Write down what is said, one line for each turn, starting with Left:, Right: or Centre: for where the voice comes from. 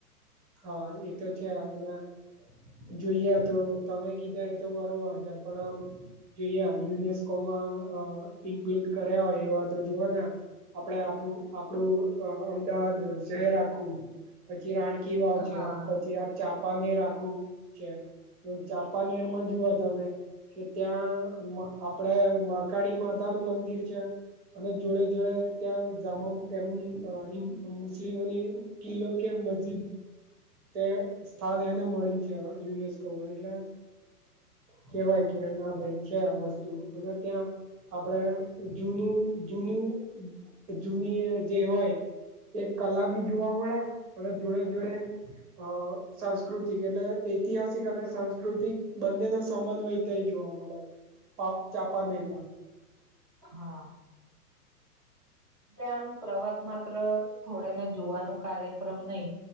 Right: હા એ તો છે અને જોઈએ તો તમે કીધા એ તો બરોબર છે પણ આમ જોઈયા યુનેસ્કોમાં ઇન્ક્લુડ કર્યા હોય એવા તો જોવા આપણે આ આપડું અ અમદાવાદ શહેર આખું પછી રાણી કવા
Left: હા
Right: છે પછી આ ચાપાનેર આખુ છે. તો ચાપાનેર માં જુઓ તમે કે ત્યાં આપડે મહકાળીમાં <inaudible> પોતા નું મંદિર છે. અને જોડે જોડે ત્યાં જામ એમની મુસ્લિમોની <unintelligible> કિલ્લો કે મજ તે સ્થાન એને મળ્યું છે યુનેસ્કોમાં એટલે. કેવાય કે ના ભાઈ છે આ વસ્તુ અને ત્યાં આપડ જૂનું જૂનું જૂની જે હોય એક કલા બી જોવા મળે અને જોડે જોડે અ સાંસ્કૃતિક એટલે ઐતિહાસિક અને સાંસ્કૃતિક બંનેને સમન્વય થય જોવા મળે છે. પા ચાપા નિર્માણ
Left: હા. - એટલે આમ પ્રવાસ માત્ર થોડેને જોવાનો કાર્યક્રમ નહીિ